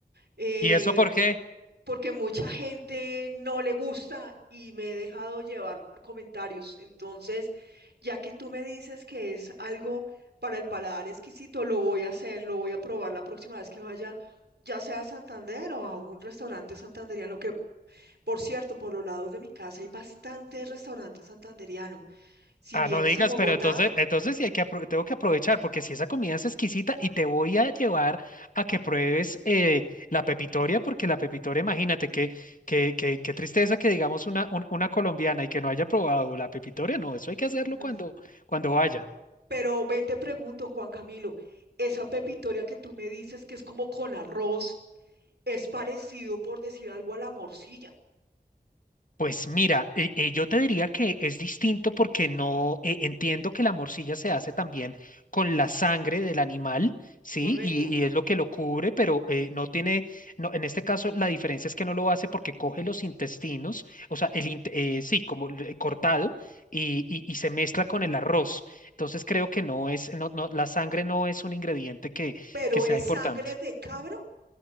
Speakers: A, on the right; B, on the left.
A: eh,
B: ¿Y eso por qué?
A: porque mucha gente no le gusta y me he dejado llevar por comentarios. Entonces, ya que tú me dices que es algo para el paladar exquisito, lo voy a hacer, lo voy a probar la próxima vez que vaya, ya sea a Santander o a un restaurante santandereano, que Por cierto, por los lados de mi casa hay bastante restaurante santandereano. Si
B: Ah,
A: vienes
B: no digas,
A: a Bogotá,
B: pero entonces, entonces sí hay que apro- tengo que aprovechar, porque si esa comida es exquisita y te voy a llevar a que pruebes eh, la pepitoria, porque la pepitoria, imagínate qué que, que, que tristeza que digamos una, un- una colombiana y que no haya probado la pepitoria, no, eso hay que hacerlo
A: no.
B: cuando, cuando vaya.
A: Pero ven, te pregunto, Juan Camilo, esa pepitoria que tú me dices que es como con arroz, es parecido, por decir algo, a la morcilla,
B: Pues mira, eh, eh, yo te diría que es distinto porque no eh, entiendo que la morcilla se hace también con la sangre del animal, ¿sí?
A: correcto.
B: Y, y es lo que lo cubre, pero eh, no tiene, no, en este caso la diferencia es que no lo hace porque coge los intestinos, o sea, el, inte- eh, sí, como l- eh, cortado y, y- y se mezcla con el arroz. Entonces creo que no es, no, no, la sangre no es un ingrediente que,
A: Pero
B: que sea
A: es
B: importante
A: sangre de cabro,